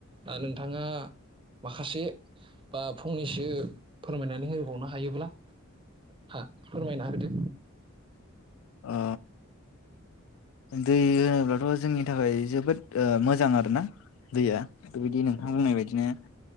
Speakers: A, on the right; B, on the left.
A: दा नोंथाङा माखासे बा फंनैसो फोरमायनानै होबावनो हायोब्ला हा फोरमायना होदो
B: ओ दै होनोब्लाथ' जोंनि थाखाय जोबोद मोजां आरोना दैया बेबायदि नोंथां बुंनाय बायदिनो